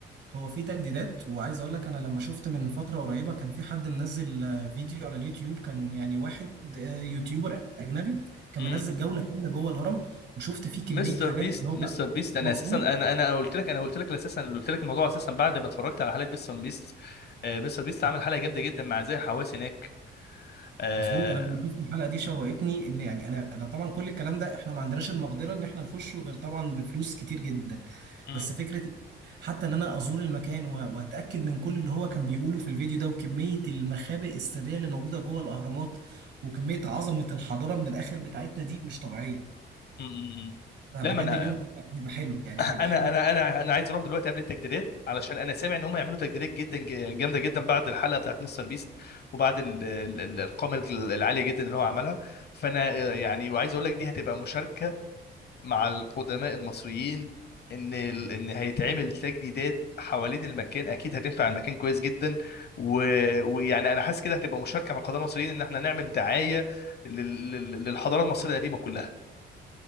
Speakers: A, on the right; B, on the left.
A: هو في تجديدات وعايز اقول لك انا لما شفت من فتره قريبه كان في حد منزل آه، فيديو على اليوتيوب كان يعني واحد آه، يوتيوبر اجنبي كان
B: امم
A: منزل جوله كامله جوه الهرم وشفت فيه كميه
B: مستر
A: حاجات
B: بيست
A: اللي هو
B: مستر بيست انا
A: مظبوط
B: اساسا انا انا قلت لك انا قلت لك اساسا قلت لك الموضوع اساسا بعد ما اتفرجت على حلقه مستر بيست آه مستر بيست عامل حلقه جامده جدا مع زي حواس هناك آه
A: مظبوط انا لما شفت الحلقه دي شوقتني ان يعني انا انا طبعا كل الكلام ده احنا ما عندناش المقدره ان احنا نخشه غير طبعا بفلوس كتير جدا
B: امم
A: بس فكره حتى ان انا ازور المكان و- واتاكد من كل اللي هو كان بيقوله في الفيديو ده وكميه المخابئ السريه اللي موجوده جوه الاهرامات وكميه عظمه الحضاره من الاخر بتاعتنا دي مش طبيعيه
B: أمم، أمم.
A: فبجد
B: لا ما انا
A: اليوم هيبقى هيبقى حلو يعني
B: انا
A: هيبقى حلو
B: انا انا انا عايز اروح دلوقتي قبل التجديدات علشان انا سامع ان هم يعملوا تجديدات جدا جامده جدا بعد الحلقه بتاعت مستر بيست وبعد ال- ال- الارقام العاليه جدا اللي هو عملها فانا آه، يعني وعايز اقول لك دي هتبقى مشاركه مع القدماء المصريين ان ال- ان هيتعمل تجديدات حوالين المكان اكيد هتنفع المكان كويس جدا و... ويعني انا حاسس كده هتبقى مشاركه مع القدماء المصريين ان احنا نعمل دعايه لل... لل- للحضاره المصريه القديمه كلها